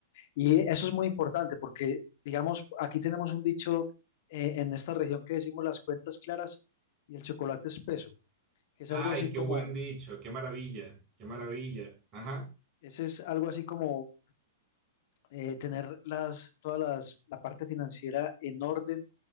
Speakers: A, on the left; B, on the right.
A: Y eso es muy importante porque, digamos, aquí tenemos un dicho eh, en esta región que decimos las cuentas claras y el chocolate espeso, que es
B: Ay,
A: algo así como,
B: qué buen dicho, qué maravilla, qué maravilla. Ajá,
A: ese es algo así como eh, tener las, todas las, la parte financiera en orden